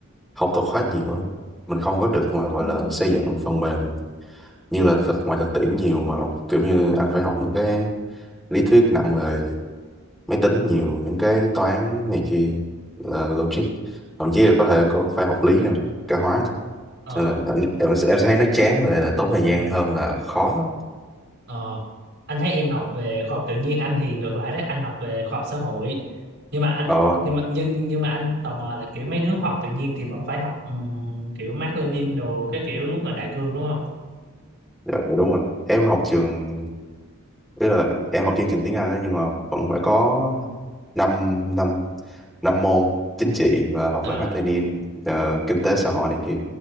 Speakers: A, in the centre; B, on the right.
A: học thuật khá nhiều á. Mình không có được mà gọi là xây dựng phần mềm như là thực ngoài thực tiễn nhiều mà kiểu như anh phải học những cái lý thuyết nặng về máy tính nhiều những cái toán này kia là logic thậm chí là có thể có phải học lý nữa cả hóa nữa.
B: Ờ,
A: nên là em, em, sẽ- em sẽ thấy nó chán và lại là tốn thời gian hơn là khó
B: ờ. Anh thấy em học về khoa học tự nhiên, anh thì ngược lại đấy, anh học về khoa học xã hội. Nhưng mà anh
A: ờ
B: nhưng mà nhưng nhưng mà anh tò mò là kiểu mấy đứa khoa học tự nhiên thì vẫn phải học ừm, kiểu Mác Lênin đồ cái kiểu lúc mà đại cương đúng không?
A: dạ, dạ đúng rồi em học trường tức là em học chương trình tiếng Anh đó nhưng mà vẫn phải có năm năm năm môn chính trị và học
B: Ờ,
A: về Mác Lênin ờ, kinh tế xã hội này kia